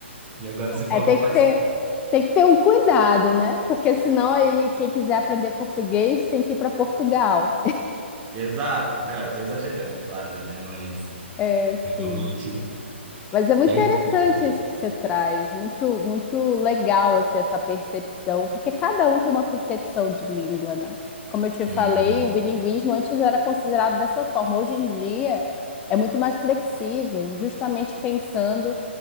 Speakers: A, on the right (about 20°); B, on the left (about 15°).
A: E agora você falou,
B: é, tem
A: faz
B: que ter,
A: sentido.
B: tem que ter um cuidado, né? Porque senão aí quem quiser aprender português tem que ir para Portugal.
A: Exato, né? Eu tô exagerando, claro, né? Mas
B: É,
A: realmente.
B: sim. Mas é muito
A: É...
B: interessante
A: difícil.
B: isso que você traz, muito muito legal assim, essa percepção, porque cada um tem uma percepção de língua, né? Como eu te falei,
A: Hum,
B: o bilinguismo antes era considerado dessa forma. Hoje em dia é muito mais flexível, justamente pensando